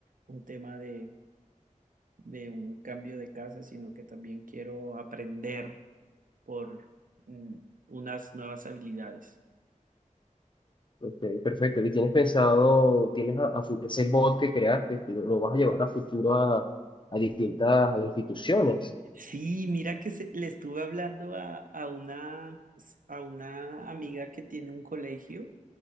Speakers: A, on the right; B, on the left.
A: un tema de, de un cambio de casa, sino que también quiero aprender por mm, unas nuevas habilidades.
B: Ok, perfecto. ¿Y tienes pensado, tienes a, a fu- ese bot que creaste, lo, lo vas a llevar a futuro a, a distintas instituciones?
A: Sí, mira que se- le estuve hablando a, a una, a una amiga que tiene un colegio